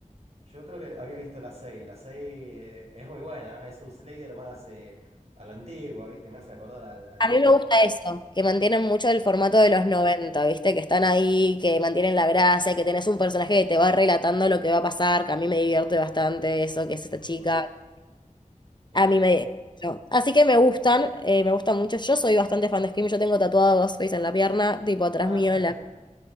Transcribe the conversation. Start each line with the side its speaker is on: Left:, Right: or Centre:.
Right: Yo creo que había visto las seis. La seis eh, es muy buena, es un Slayer más eh, a la antigua, ¿viste? Me hace acordar al, al
Left: A
Right: martes.
Left: mí me gusta eso, que mantienen mucho el formato de los 90, ¿viste? Que están ahí, que mantienen la gracia, que tenés un personaje que te va relatando lo que va a pasar, que a mí me divierte bastante eso, que es
Right: Ujú,
Left: esta chica.
Right: Claro.
Left: A mí me... no. Así que me gustan, eh, me gustan mucho. Yo soy bastante fan de Scream. Yo tengo tatuado a Ghostface en la pierna, tipo atrás
Right: Ah,
Left: mío en la...
Right: <laughs>